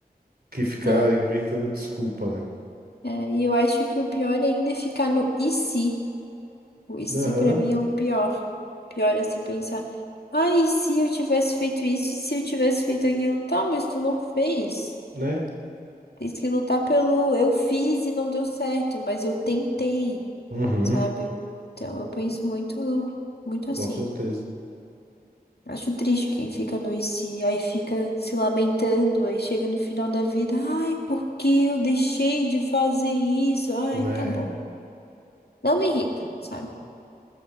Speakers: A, on the right; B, on the left.
A: que ficar
B: Né?
A: inventando desculpa, né?
B: É, e eu acho que o pior ainda é ficar no e se. O e se
A: Aham,
B: pra mim é o pior. Pior é se pensar, ah, e se eu tivesse feito isso, e se eu tivesse feito aquilo? Tá, mas tu não fez.
A: né?
B: Tem que lutar pelo eu fiz e não deu certo, mas eu tentei,
A: Uhum,
B: sabe? Então eu penso muito, muito assim.
A: com certeza,
B: Acho triste quem fica no IC, aí fica se lamentando, aí chega no final da vida, ai, por que eu deixei de fazer isso? Ai,
A: né?
B: tá bom. Não me irrita, sabe? O